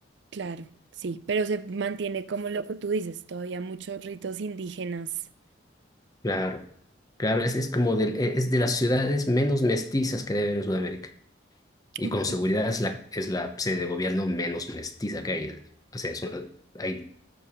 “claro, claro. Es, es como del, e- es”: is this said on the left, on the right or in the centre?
Left